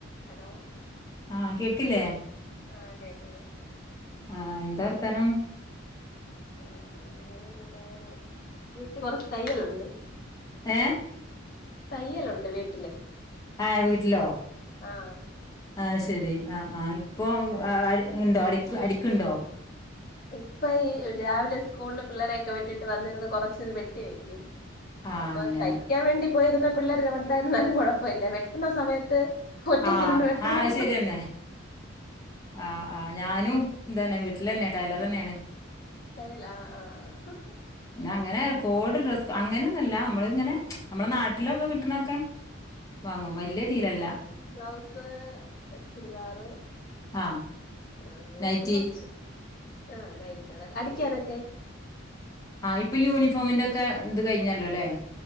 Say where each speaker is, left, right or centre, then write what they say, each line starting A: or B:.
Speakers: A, on the left (about 45°); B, on the left (about 20°).
A: ഹലോ
B: ആ കേൾക്കില്ലേ
A: ആഹ് കേക്കാം കേക്കാം
B: ആ എന്താ വർത്തനം
A: ആ ഞാനിവിടെ വീട്ടില് കൊറച്ച് തയ്യല്ലുണ്ട്
B: ഏ
A: തയ്യലുണ്ട് വീട്ടില്.
B: ആ വീട്ടിലോ?
A: ആഹ്.
B: ആ ശെരി ആ ആ് ഇപ്പൊ
A: അപ്പ അയ്ന്
B: ഉണ്ടോ അട അടിക്കുണ്ടോ?
A: ഇപ്പ ഈ രാവിലെ സ്കൂളില് പിള്ളേരൊക്കെ വിട്ടിട്ട് വന്നിരുന്ന് കൊറച്ച് ഇത് വെട്ടി വെയ്ക്കും.
B: ആഹ്
A: അപ്പൊ
B: അങ്ങനെ
A: തയ്ക്കാൻ വേണ്ടി പോയിരുന്ന പിള്ളേര് രണ്ടായിരുന്നാലും കൊഴപ്പമല്ല വെട്ടുന്ന സമയത്ത്. ഒറ്റക്കിരുന്ന്
B: ആഹ്
A: വെട്ടണം
B: ആ അത് ശരിയന്നെ. ആഹ് ആ ഞാനും ഇത് തന്നെ വീട്ടിൽ തന്നെയാ ടൈലർ തന്നെയാണ്.
A: തയ്യലാ ആഹ് ആഹ് ആഹ്.
B: അങ്ങനെ കോട് ഡ്രസ് അങ്ങനെയൊന്നുമല്ല നമ്മള് ഇങ്ങനെ നമ്മളെ നാട്ടിലൊക്കെ കിട്ടണൊക്കെ. വാങ്ങും വലിയ തിയിലല്ല.
A: ഗ്ലൗസ്, ചുരിദാറ്,
B: ആഹ്
A: അങ്ങനെയൊക്കെ
B: നൈറ്റി,
A: കൊറച്ച് ആഹ് നൈറ്റ് അടിക്കാനൊക്കെ?
B: ആഹ് ഇപ്പൊ യൂണിഫോമിന്റെ ഒക്കെ ഇത് കഴിഞ്ഞാലോല്ലേ.